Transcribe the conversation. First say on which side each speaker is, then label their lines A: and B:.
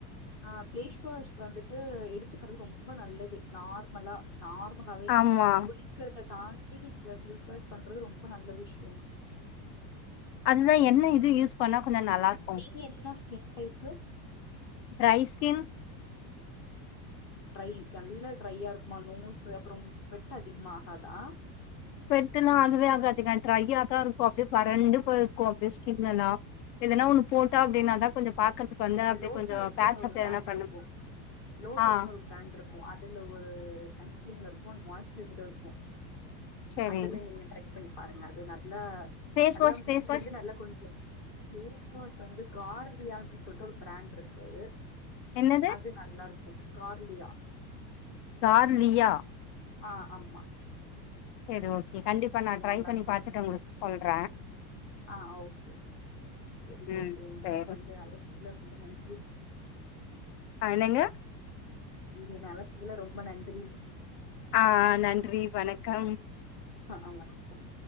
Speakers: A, on the left; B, on the left.
A: ஆ ஃபேஸ் வாஷ் வந்துட்டு எடுத்துக்கிறது ரொம்ப நல்லது நார்மலா நார்மலாவே
B: ஆமா
A: குளிக்கிறத தாண்டி நீங்க ஃபேஸ் வாஷ் பண்றது ரொம்ப நல்ல விஷய
B: அதுதா என்ன இது யூஸ் பண்ணா கொஞ்சோ நல்லா இருக்கு.
A: நீங்க என்ன skin type
B: dry skin
A: dry நல்லா ட்ரையா இருக்குமா நோஸ் அப்ற உங்களுக்கு ஸ்வெட் அதிகமா ஆகாதா
B: ஸ்வெட்ல்லா ஆகவே ஆகாதுங்க ட்ரய்யாதா இருக்கு அப்டியே வறண்டு போயிருக்கு அப்டியே ஸ்கின் எல்லா எதனா ஒன்னு போட்ட அப்டினாதா கொஞ்சோ பாக்கறதுக்கு வந்த அப்டியே
A: லோட்டஸ்ன்னு
B: கொஞ்சோ பேட்ச்
A: ஒரு
B: அப்
A: பிராண்ட்
B: எதனா பண்ணு
A: இருக்கு லோட்டஸ்ன்னு
B: ஆ
A: ஒரு பிராண்ட் இருக்கு அதுல ஒரு சன்ஸ்கிரீன் இருக்கு மாய்சுரைசர் இருக்கு
B: சரி.
A: அதுல நீங்க ட்ரை பண்ணி பாருங்க அது நல்லா
B: ஃபேஸ்
A: நல்லா
B: வாஷ்
A: மூஞ்சி
B: ஃபேஸ் வாஷ்
A: வந்து நல்லா கொஞ்சோ ஃபேஸ் வாஷ் வந்து கார்லியா அப்டின் சொல்ட்டு ஒரு பிராண்ட் இருக்கு
B: என்னது
A: அது நல்லாருக்கு கார்லியா
B: கார்லியா
A: ஆ அம்மா
B: சரி ஓகே கண்டிப்பா நா ட்ரை
A: நல்லா
B: பண்ணி
A: இருக்கும்
B: பாத்துட்டு உங்களுக்கு சொல்ற
A: ஆ ஓகே சரி
B: ம்
A: ஓகே எங்களுக்கு
B: சரி
A: வந்து அழச்சத்துல ரொம்ப நன்றி
B: ஆ என்னங்க
A: நீ என்ன அழச்சதுல ரொம்ப நன்றி
B: ஆ நன்றி வணக்கம்
A: ஆ ஆமாங்க சரி